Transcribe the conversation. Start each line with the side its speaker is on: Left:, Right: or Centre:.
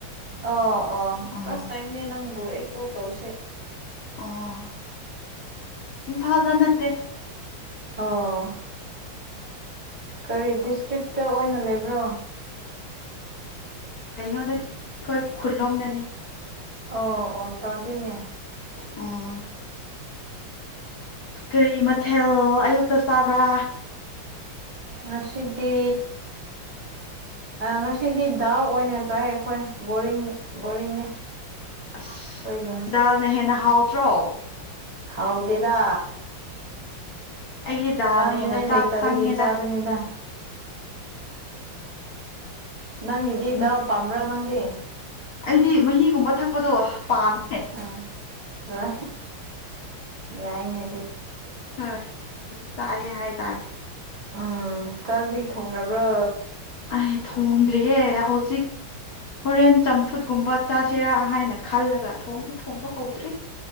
Right: ꯑ ꯑꯣ
Left: ꯑꯣ
Right: ꯐꯥꯔꯁ ꯇꯥꯏꯝꯅꯦ ꯅꯪꯕꯨ ꯑꯦ ꯀꯣ ꯇꯧꯁꯦ
Left: ꯑꯣ ꯏꯝꯐꯥꯜꯗ ꯅꯠꯇꯦ
Right: ꯑꯣ ꯀꯔꯤ ꯗꯤꯁꯇ꯭ꯔꯤꯛꯇ ꯑꯣꯏꯅ ꯂꯩꯕ꯭ꯔꯣ
Left: ꯀꯩꯅꯣꯗꯅꯤ ꯑꯩꯈꯣꯏ ꯈꯨꯂꯣꯝꯗꯅꯤ
Right: ꯑꯣ ꯑꯣ ꯇꯗꯅꯦ
Left: ꯑꯝ ꯀꯔꯤ ꯃꯊꯦꯜ ꯑꯌꯨꯛꯇ ꯆꯥꯕ꯭ꯔꯥ
Right: ꯃꯁꯤꯗꯤ ꯉꯁꯤꯗꯤ ꯗꯥꯎ ꯑꯣꯏꯅ ꯆꯥꯏ ꯑꯩꯈꯣꯏ ꯕꯣꯔꯤꯡ ꯕꯣꯔꯤꯡꯅꯦ
Left: ꯑꯁ
Right: ꯑꯩꯈꯣꯏꯒꯤ
Left: ꯗꯥꯜꯅ ꯍꯦꯟꯅ ꯍꯥꯎꯇ꯭ꯔꯣ
Right: ꯍꯗꯦꯗ
Left: ꯑꯩꯒꯤꯗꯤ ꯗꯥꯜꯅ
Right: ꯆꯥꯅꯤꯡꯉꯥꯏ
Left: ꯍꯦꯟꯅ ꯆꯥꯛ
Right: ꯂꯩꯇꯕꯒꯤ
Left: ꯆꯪꯉꯦꯗ
Right: ꯆꯥꯕꯅꯤꯗ ꯅꯪ ꯏꯗꯤꯗ
Left: ꯎꯝ
Right: ꯄꯥꯝꯕ꯭ꯔꯥ ꯅꯪꯗꯤ
Left: ꯑꯩꯗꯤ ꯃꯍꯤꯒꯨꯝꯕ ꯊꯛꯄꯗꯣ ꯄꯥꯝꯃꯦ
Right: ꯑ ꯍ ꯌꯥꯏꯅꯦ ꯑꯗꯨ
Left: ꯍꯣꯏ ꯆꯑ ꯍꯥꯏ ꯇꯥꯔ
Right: ꯎꯝ ꯆꯥꯛꯗꯤ ꯊꯣꯡꯔꯕ꯭ꯔꯥ
Left: ꯑꯩ ꯊꯣꯡꯗ꯭ꯔꯤꯌꯦ ꯍꯧꯖꯤꯛ ꯍꯣꯔꯦꯟ ꯆꯝꯐꯨꯠꯀꯨꯝꯕ ꯆꯥꯁꯤꯔꯥ ꯍꯥꯏꯅ ꯈꯜꯂꯒ ꯊꯣꯡꯗꯤ ꯊꯣꯡꯕ ꯍꯧꯗ꯭ꯔꯤ